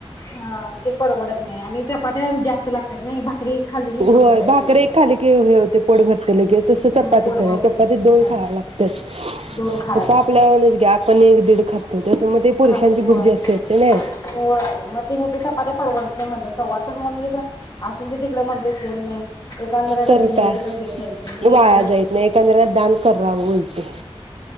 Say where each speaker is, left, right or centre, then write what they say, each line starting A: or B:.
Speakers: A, on the left (about 35°); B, on the right (about 70°).
A: हा ते परवडत नाही आणि चपात्या जास्त लागत्यात नही भाकरी. खाल्ली की
B: होय
A: गप बसायचं
B: भाकर
A: होतंय.
B: एक खाली की हे ते पोट भरते ल गे तस
A: हा
B: चपातीच
A: पोट
B: नाही
A: भरते
B: चपातीत दोन
A: हा
B: खाया लागत्यात
A: दोन खाया
B: फक्त
A: लागतात
B: आपल्या वाणीच घ्या आपण एक दीड खात. तसं म ते पुरुषांची
A: खाते होय.
B: बुदी असत ते ने
A: होय मग तिने ते चपात्या परवडत नाही म्हणज कवाच. तर मग मी जा असून ते तिकडे म्हणत कोण नाही. एकाधराला
B: तर
A: दिलेला
B: काय
A: कुठे हेच जायच नाही मी देतो
B: वाया
A: ह
B: जायत नाही एखाद्याला दान करावं उलटे